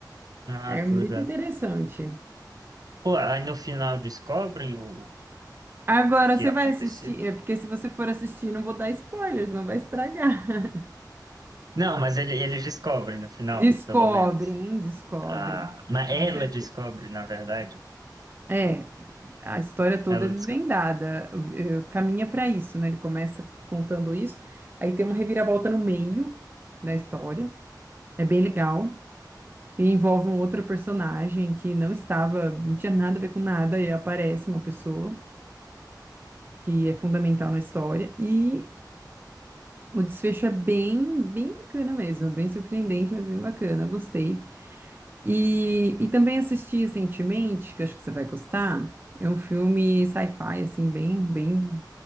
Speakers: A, on the right; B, on the right.
A: ah,
B: É muito
A: tô ligado.
B: interessante.
A: Pô, aí no final descobrem o
B: Agora
A: que
B: você
A: aconteceu.
B: vai assistir, é porque se você for assistir, não vou dar spoilers, não vai estragar. <laughs>
A: Não, mas ele, eles descobrem no final,
B: Descobrem,
A: pelo menos.
B: descobrem,
A: Ah, mas
B: com
A: ela
B: certeza.
A: descobre, na verdade.
B: É, a história toda
A: Ela
B: é desvendada,
A: descobre.
B: eh, caminha para isso, né? Ele começa contando isso, aí tem uma reviravolta no meio da história, é bem legal, que envolve um outro personagem que não estava, não tinha nada a ver com nada, e aparece uma pessoa que é fundamental na história, e O desfecho é bem, bem bacana mesmo, é bem surpreendente, mas bem bacana, eu gostei. E, e também assisti recentemente, que eu acho que você vai gostar, é um filme sci-fi, assim, bem, bem